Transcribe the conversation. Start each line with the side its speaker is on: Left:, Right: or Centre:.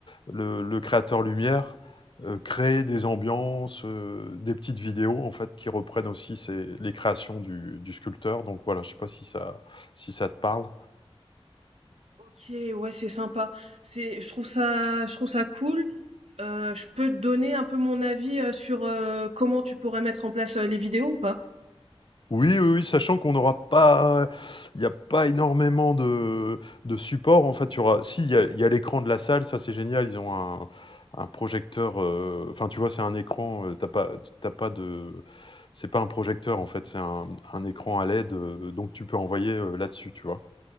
Left: le, le créateur lumière, euh, créer des ambiances, euh, des petites vidéos, en fait, qui reprennent aussi ces- les créations du, du sculpteur. Donc, voilà, je ne sais pas si ça, si ça te parle.
Right: Ok, ouais, c'est sympa. C'est, je trouve ça, je trouve ça cool. Heu, je peux te donner un peu mon avis, heu, sur, heu, comment tu pourrais mettre en place, heu, les vidéos ou pas?
Left: Oui, oui, oui, sachant qu'on n'aura pas il n'y a pas énormément de de support, en fait, il y aura si il y a il y a l'écran de la salle, ça c'est génial, ils ont un un projecteur, heu, enfin, tu vois, c'est un écran, heu, tu pas t'as pas de c'est pas un projecteur, en fait, c'est un un écran à LED, heu, donc tu peux envoyer, heu, là-dessus, tu vois?